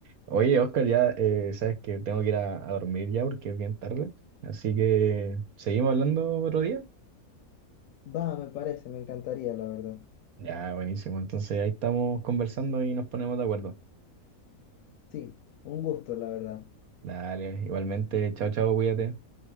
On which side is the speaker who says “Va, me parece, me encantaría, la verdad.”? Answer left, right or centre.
Left